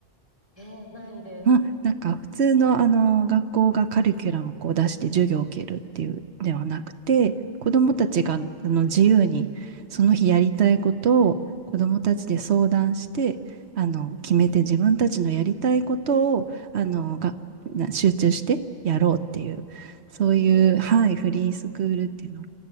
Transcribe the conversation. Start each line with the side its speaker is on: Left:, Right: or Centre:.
Left: ええないです。
Right: あ、なんか普通のあの学校がカリキュラムをこう出して授業を受けるっていうではなくて、子どもたちがあの自由にその日やりたいことを子どもたちで相談して、
Left: はい。
Right: あの決めて自分たちのやりたいことをあのがな集中してやろうっていう、そういう、
Left: ええ
Right: はい、フリースクールっていうのが